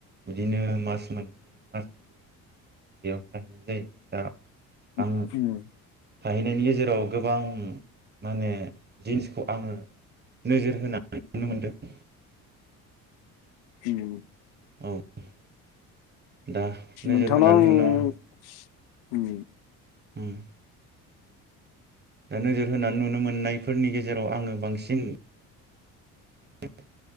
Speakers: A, on the right; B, on the left.
A: बिदिनो मास मोनसे मास मोननै बेयाव थाहैनाय जायो दा
B: उम
A: आं
B: उम
A: थाहैनायनि गेजेराव गोबां माने दि जिनिसखौ आङो नोजोर होनानै नुनो मोनदों
B: दिनै
A: <inaudible> दा नोजोर
B: नोंथांनाव
A: होनानै
B: आं
A: नुनो मोनो
B: उम
A: उम दा नोजोर होनानै नुनो मोननायफोरनि गेजेराव आङो बांसिन <unintelligible>